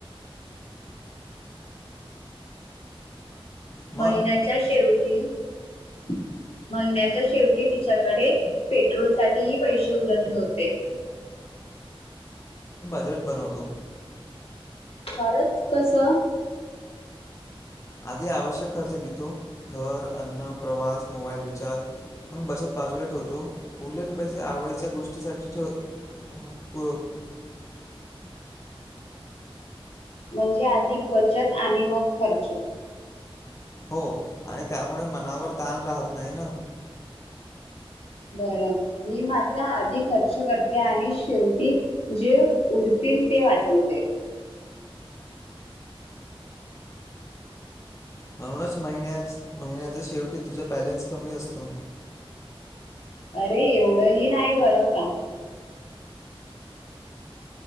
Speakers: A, on the left (about 30°); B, on the left (about 75°).
A: मग
B: महिन्याच्या शेवटी -- महिन्याच्या शेवटी तिच्याकडे पेट्रोलसाठीही पैसे उरत नव्हते. <inaudible>
A: बजट बनवतो.
B: खरंच कस?
A: आधी आवश्यक खर्च लिहतो. घर, अन्न, प्रवास, मोबाईल रिचार्ज -- मग बचत बाजूला ठेवतो. उरलेले पैसे आवडीच्या गोष्टीसाठी ठेवतो. <unintelligible>
B: <inaudible> म्हणजे आधी बचत आणि मग खर्च.
A: हो आणि त्यामुळे मनावर ताण राहत नाही ना.
B: बर मी मात्र आधी खर्च करते आणि शेवटी जे उर -- <unintelligible> वाचवते.
A: म्हणूनच महिन्याच महिन्याच्या शेवटी तुझा बॅलेन्स कमी असतो.
B: अरे एवढं ही नाही बरं का.